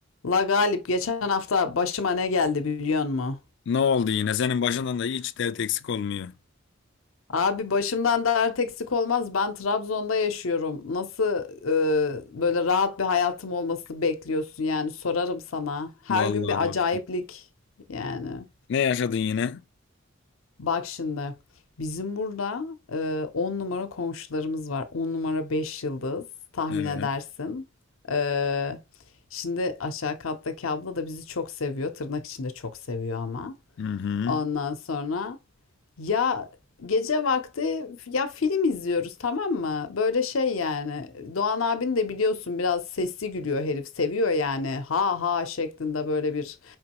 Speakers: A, on the left (about 85°); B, on the left (about 60°).
A: La Galip geçen hafta başıma ne geldi biliyor musun?
B: Ne oldu yine? Senin başından da hiç dert eksik olmuyor.
A: Abi başımdan dert eksik olmaz. Ben Trabzon'da yaşıyorum. Nasıl e, böyle rahat bir hayatım olması bekliyorsun yani sorarım sana. Her
B: Vallahi
A: gün bir
B: doğru.
A: acayiplik yani.
B: Ne yaşadın yine?
A: Bak şimdi bizim burada e, 10 numara komşularımız var. 10 numara 5 yıldız tahmin
B: Evet.
A: edersin. E, şimdi aşağı kattaki abla da bizi çok seviyor. Tırnak içinde çok seviyor ama.
B: Hı hı.
A: Ondan sonra... Ya gece vakti ya film izliyoruz tamam mı? Böyle şey yani Doğan abin de biliyorsun biraz sesli gülüyor herif seviyor yani ha ha şeklinde böyle bir